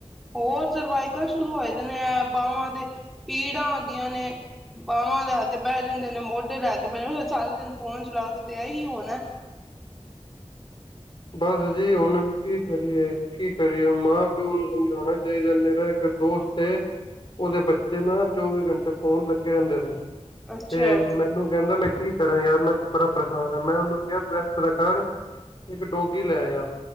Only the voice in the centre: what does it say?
ਹੋਰ ਸਰਵਾਈਕਲ ਸ਼ੁਰੂ ਹੋਏ ਦੇਣੇ ਐ ਬਾਅਵਾਂ ਦੇ। ਪੀੜਾਂ ਹੂੰਦੀਆਂ ਨੇ ਬਾਅਵਾਂ ਲੈ ਕੇ ਬੈ ਜਾਂਦੇ ਨੇ, ਮੋਡੇ ਲੈ ਕੇ ਬੈ ਜਾਂ ਸਾਰਾ ਦਿਨ ਫੋਨ ਚਲਾਓਗੇ ਤੇ ਐਈ ਹੋਣੈ।
ਅੱਛਾ